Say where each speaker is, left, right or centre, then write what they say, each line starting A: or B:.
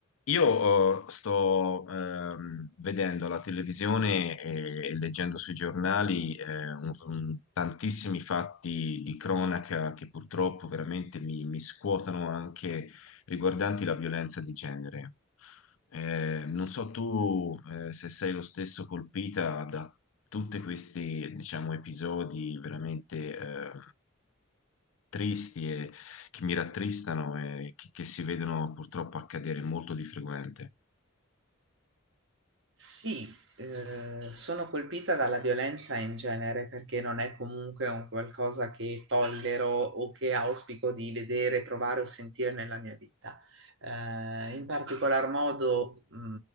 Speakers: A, on the left; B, on the right.
A: Io eh, sto ehm, vedendo la televisione e, e leggendo sui giornali eh, un- un- tantissimi fatti di cronaca che purtroppo veramente mi, mi scuotono anche riguardanti la violenza di genere. Eh, non so tu eh, se sei lo stesso colpita da tutti questi, diciamo, episodi veramente eh, tristi che mi rattristano e che, che si vedono purtroppo accadere molto di frequente.
B: Sì, eh, sono colpita dalla violenza in genere perché non è comunque un qualcosa che tollero o che auspico di vedere, provare o sentire nella mia vita. Eh, in particolar modo, mh,